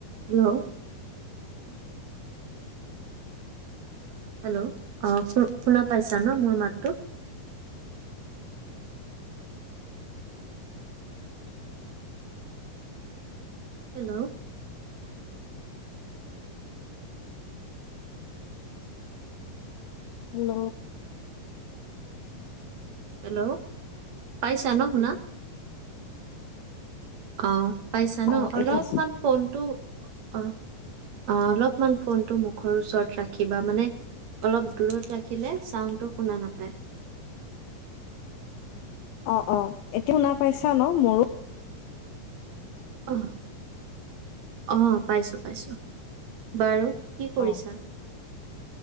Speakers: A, on the right; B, on the left.
A: Hello hello অ শু শুনা পাইছা ন মোৰ মাতটো হেল্ল'
B: হেল্ল
A: হেল্ল' পাইছা ন শুনা অ পাইছা ন
B: অ
A: অলপমান
B: এতিয়া আছো
A: ফোনটো অ অ অলপ অমান ফোনটো মুখৰ ওচৰত ৰাখিবা মানে অলপ দূৰত ৰাখিলে চাউণ্ডটো শুনা নেপায়
B: অ অ এতিয়া শুনা পাইছা ন মোৰো
A: অহ অহ পাইছোঁ পাইছোঁ বাৰু কি কৰিছা
B: অ